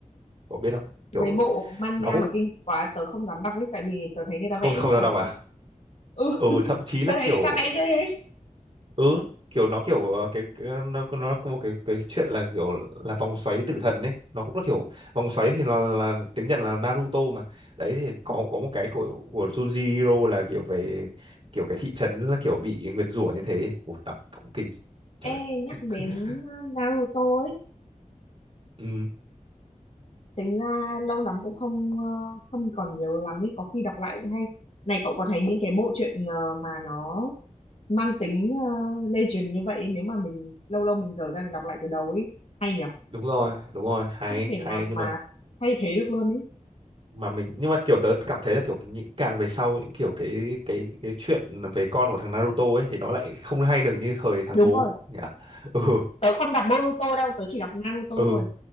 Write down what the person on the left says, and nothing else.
Mấy bộ manga
mà kinh dị quá tớ không dám đọc ấy tại vì tớ thấy người ta
vẽ
rất
là
sợ. Ừ,
tớ
thấy
người ta vẽ ghê ấy.
Ê,
nhắc đến uh, Naruto ấy,
tính ra lâu lắm cũng không uh, không còn nhớ lắm ấy, có khi đọc lại cũng hay. Này cậu có thấy những cái bộ truyện uh, mà nó mang tính uh, legend như vậy ấy, nếu mà mình lâu lâu mình dở ra mình đọc lại từ đầu ấy, hay nhở?
Không thể
nào
mà
thay thế được luôn ấy.
Đúng
rồi,
tớ không đọc Boruto đâu, tớ chỉ đọc Naruto
thôi.